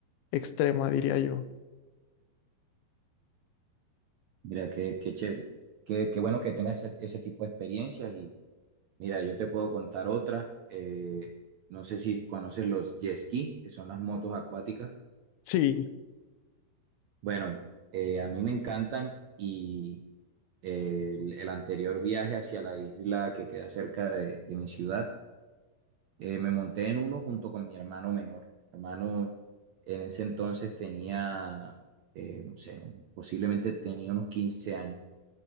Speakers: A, on the left; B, on the right.
A: extrema, diría yo.
B: Mira, qué, qué chévere. Qué, qué bueno que tengas ese, ese tipo de experiencias. Y mira, yo te puedo contar otra. Eh, no sé si conoces los jet ski, que son las motos acuáticas.
A: Sí,
B: Bueno, eh, a mí me encantan y eh, el, el anterior viaje hacia la isla que queda cerca de, de mi ciudad, eh, me monté en uno junto con mi hermano menor. Mi hermano en ese entonces tenía, eh, no sé, un- posiblemente tenía unos quince años.